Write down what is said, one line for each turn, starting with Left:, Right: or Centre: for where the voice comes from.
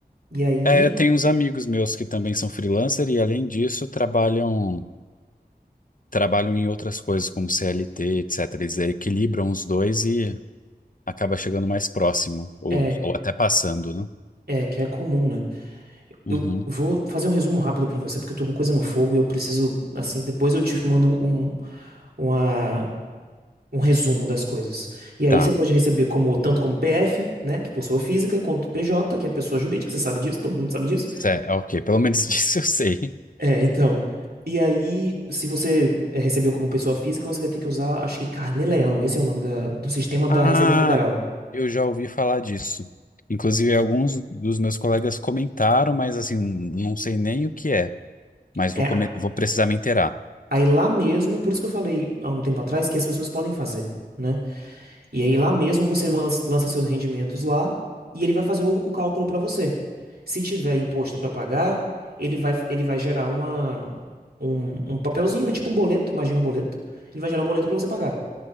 Right: E aí
Left: É, tem uns amigos meus que também são freelancer e, além disso, trabalham trabalham em outras coisas, como CLT, etc. Eles equilibram os dois e acaba chegando mais próximo, ou,
Right: é,
Left: ou até passando, né?
Right: é que é comum, né?
Left: Uhum.
Right: Eu vou fazer um resumo rápido pra você, porque eu tô com coisa no fogo e eu preciso, assim, depois eu te mando um, uma, um resumo das coisas. E aí
Left: Tá.
Right: você pode receber como tanto como PF, né, que é pessoa física, quanto PJ, que é pessoa jurídica, você sabe disso, todo mundo sabe disso.
Left: Cé- é, ok, pelo menos <laughs> disso eu sei.
Right: É, então. E aí, se você eh, recebeu como pessoa física, você vai ter que usar, acho que Carnê-Leão, esse é o nome da- do sistema da
Left: Ah,
Right: Receita Federal.
Left: Eu já ouvi falar disso. Inclusive, alguns dos meus colegas comentaram, mas assim, não sei nem o que é. Mas
Right: É,
Left: vou, come- vou precisar me inteirar.
Right: aí lá mesmo, por isso que eu falei há um tempo atrás que as pessoas podem fazer, né? E aí lá mesmo você man- lança seus rendimentos lá e ele vai fazer o, o cálculo para você. Se tiver imposto para pagar, ele vai, ele vai gerar uma, um, um papelzinho, é tipo um boleto, imagina um boleto. Ele vai gerar um boleto para você pagar.